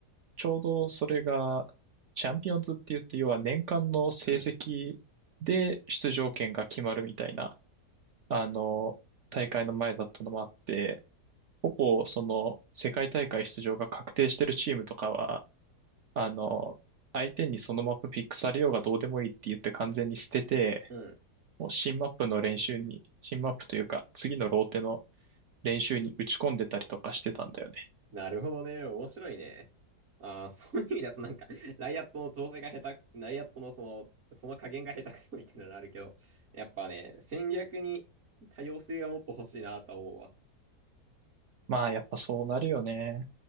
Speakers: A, on the right; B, on the right.
A: ちょうどそれが、チャンピオンズって言って、要は年間の成績で出場権が決まるみたいな、
B: うん。
A: あの、大会の前だったのもあって、ほぼその世界大会出場が確定してるチームとかは、あの、相手にそのマップピックされようがどうでもいいって言って完全に捨てて、
B: うん。
A: もう新マップの練習に、新マップというか次のローテの練習に打ち込んでたりとかしてたんだよね。
B: なるほどね。面白いね。ああ、<laughs> そういう意味だとなんか、ライアットの調整が下手、ライアットのその、その加減が下手くそみたいなのあるけど、やっぱね、戦略に多様性がもっと欲しいなとは思うわ。
A: まあやっぱそうなるよね。